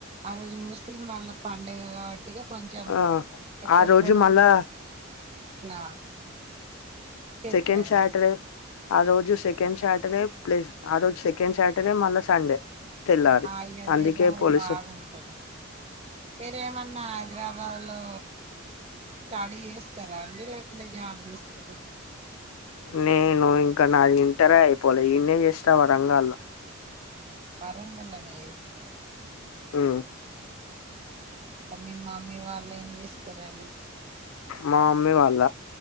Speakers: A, on the right; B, on the left.
A: ఆ రోజు ముస్లిం వాళ్ళ పండుగ కాబ ఇగ కొంచెం
B: ఆ
A: ఎక్కువ
B: ఆ రోజు
A: గొడవలు
B: మళ్ళా
A: గిట్ల ఇట్లా అయితానీ అని అట్లా చెప్పారా
B: సెకెండ్ సాటర్డే ఆ రోజు సెకండ్ సాటర్డే. ప్లేస్ ఆ రోజు సెకండ్ సాటర్డే ముళ్ళ సండే తెల్లారి
A: ఆ ఇగ
B: అందుకే
A: జల్దర
B: పోలీసు
A: బాగుంటదండి మీరేమన్నా హైదరాబాద్ లో స్టడీ చేస్తరా అండి లేకుంటే జాబ్ చేస్తారుా
B: నేను్వు ఇంకా నాది ఇంటారే అయిపోలే ఇన్నే చేస్తావ రంగాల్లో
A: వరంగల్లనే చేస్తరా అండి
B: ఉ
A: ఆ ఇంక మీ మమ్మీ వాళ్లేం జేస్తరండి
B: మా అమ్మీ వాళ్ళ